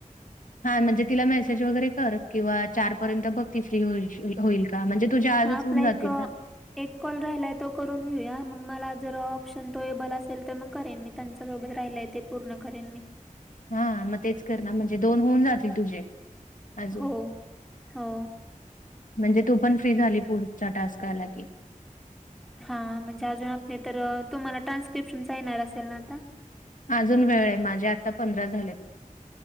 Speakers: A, on the left; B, in the centre.
A: हा म्हणजे तिला मेसेज वगैरे कर किंवा चार पर्यंत बघ ती फ्री होशी होईल का म्हणजे. तुझे आजच
B: हा आपला
A: होऊन जातील
B: एक.
A: ना.
B: एक कॉल राहिलाय तो करून घेऊया मग मला जर ऑप्शन तो एबल असेल तर मग करेन मी. त्यांच्या सोबत राहिलाय ते पूर्ण करेन मी.
A: हा मग तेच करणार म्हणजे दोन होऊन जातील तुझे अजून.
B: हो हो
A: म्हणजे तू पण फ्री झाली पुढच्या टास्क आला की.
B: हा म्हणजे अजून आपले तर तुम्हाला ट्रान्स्क्रिप्शन चा येणार असेल ना आता?
A: अजून वेळ आहे माझे आता पंधरा झालेत.